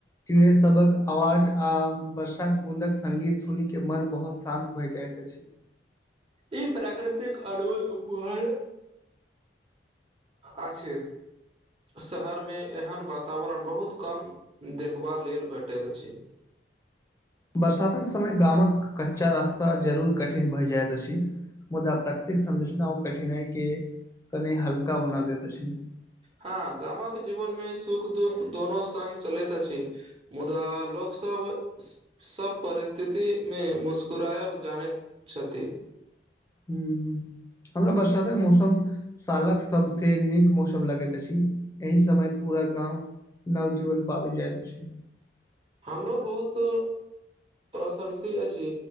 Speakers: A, on the left; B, on the right.
A: चिड़य सभक आवाज आ वर्षाक बूँदक संगीत सुनि के मन बहुत शान्त भए जाइत अछि।
B: ई प्राकृतिक अनमोल उपहार अच्छे। शहर मे एहन वातावरण बहुत कम देखबा लेल भेटैत अछि।
A: बरसातक समय गामक कच्चा रास्ता जरूर कठिन भए जाइत अछि। मुदा प्रकतिक संरचना ओ कठिनाइ के कने हल्का बना देैत अछि।
B: हँ गामक जीवन मे सुख दुःख दोनो संग चलैत अछि। मुदा लोक सभ। सभ परिस्थितिमे मुस्कराएब जानैत छथि।
A: हुँ हमरा बरसातेक मौसम। सालक सबसे नीक मौसम लगैत अछि एहि समय पूरा गाँव नवजीवन पाबी जाइत छै।
B: हमरो बहुत प्रशंसी अछि।